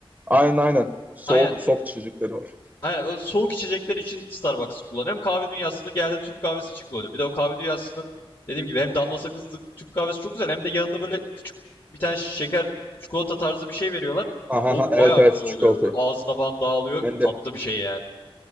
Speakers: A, on the right; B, on the left.
A: aynen aynen. Soğuk
B: Aynen.
A: soft içecekleri var.
B: Aynen. O soğuk içecekler için Starbucks'ı kullanıyorum. Kahve dünyasını geldi Türk kahvesi için kullanıyorum. Bir de o kahve dünyasının dediğim gibi hem damla sakızlı Türk kahvesi çok güzel hem de yanında böyle küçük bir tane şeker çikolata tarzı bir şey veriyorlar.
A: Aha,
B: O
A: aha, evet
B: bayağı
A: evet
B: güzel
A: çikolatayı.
B: oluyor. Ağzına falan dağılıyor.
A: Ben
B: Tatlı
A: de
B: bir şey yani.